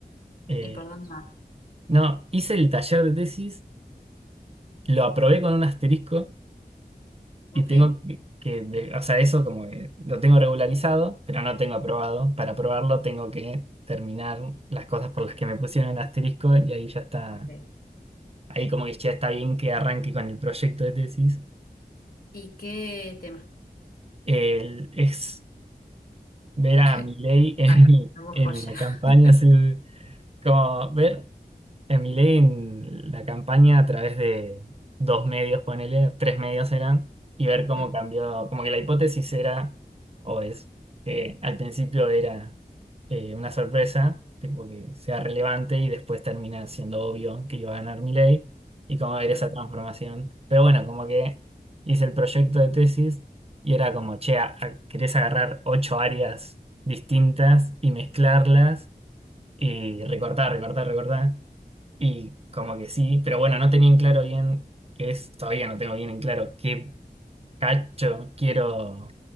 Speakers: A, on the right; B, on the left.
A: eh,
B: ¿Y por dónde va?
A: no, hice el taller de tesis, lo aprobé con un asterisco
B: Ok.
A: y tengo que, que de- o sea, eso como que lo tengo regularizado, pero no tengo aprobado. Para aprobarlo tengo que terminar las cosas por las que me pusieron el asterisco y ahí ya está,
B: Ok.
A: ahí como que ya está bien que arranque con el proyecto de tesis.
B: ¿Y qué tema?
A: El- es ver a
B: <laughs>
A: Milei en,
B: Ah, la
A: en
B: joya.
A: la campaña.
B: <laughs>
A: sí, Como ver a Milei en la campaña a través de dos medios, ponele, tres medios eran, y ver cómo
B: Mm,
A: cambió, como que la hipótesis era, o es, que al principio era eh, una sorpresa, tipo que sea relevante y después termina siendo obvio que iba a ganar Milei, y cómo ver
B: claro,
A: esa transformación. Pero bueno, como que hice el proyecto de tesis y era como, che, a- a- querés agarrar ocho áreas distintas y mezclarlas y recortar, recortar, recortar. Y como que sí, pero bueno, no tenía en claro bien qué es, todavía no tengo bien en claro qué cacho quiero